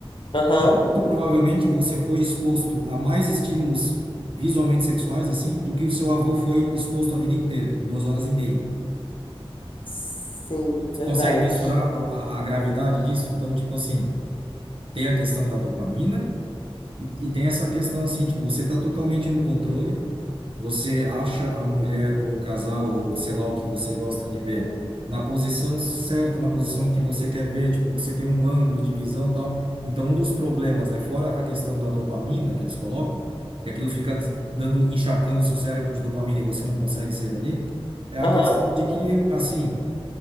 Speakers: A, on the left; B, on the right.
A: aham.
B: Muito provavelmente você foi exposto a mais estímulos visualmente sexuais, assim, do que o seu avô foi exposto a vida inteira, em duas horas e meia.
A: Sim,
B: Você
A: verdade.
B: consegue mensurar a, a- a gravidade disso? Então, tipo assim, tem a questão da dopamina e, e tem essa questão, assim, tipo, você está totalmente no controle, Você acha a mulher ou o casal ou sei lá o que você gosta de ver
A: né?
B: na posição certa, na posição que você quer ver, tipo, você tem um ângulo de visão, e tal. Então, um dos problemas, né, fora a questão da dopamina que eles colocam, que aquilo fica dando, encharcando o seu cérebro de dopamina e você não consegue sair dali, é a
A: Aham.
B: questão de que, assim,